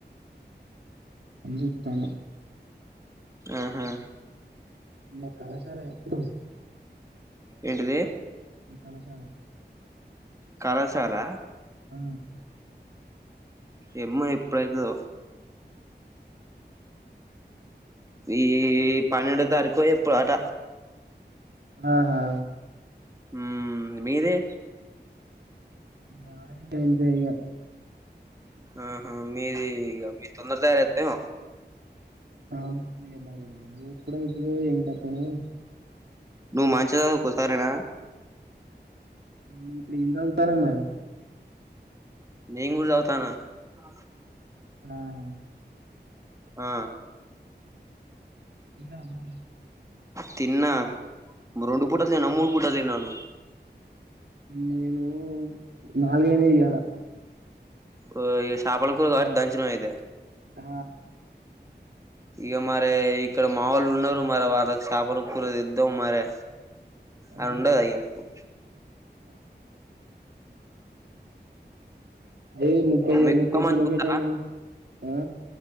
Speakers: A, on the right; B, on the right.
A: అని చుతన
B: ఆహా
A: ఇంగ కళాశాల ఎప్పుడు
B: ఏంటిది
A: మీ కళాశాల
B: కళాశాల
A: ఆ
B: ఏమ్మ ఎప్పుడైదో ఈ పన్నెండో తారీకు ఎప్పుడు ఆట
A: ఆహా
B: ఉ మీది
A: మాది గంతే ఇగా
B: ఆహా మీది మీ తొందర తయార అవుతుమో
A: అవు మరి ఇప్పుడ ఇతు ఏం కతానో
B: నువ్వు మంచిదా సాధువుకో సరేనా
A: నువ్వు ఇప్పుడు ఏం సదువుతానవ్ మరీ
B: నేంగూర చదువుతానా మా
A: ఆహా
B: ఆ
A: తిన్నావా మరి
B: తిన్నా రెండు పుటాలు తిన్నావా మూడు పుటాలు తిన్నావా నువు
A: నేను నాలుగు అయినాయి ఇయాల
B: ఓ ఇగ చాపల కూర కాబట్టి దంచినవు అయితే
A: ఆ
B: ఇక మరే ఇక్కడ మావోలు ఉన్నారు మరే వాళ్ళకు షాపలు కూరదిద్దాం మరి
A: ఆ
B: అనుండద ఇగ నీకు
A: ఏ ముప్పై
B: మీ
A: ముప్పై
B: కుక్క మంచిగుందా
A: కిలోమీటర్లు ఉన్న ఆ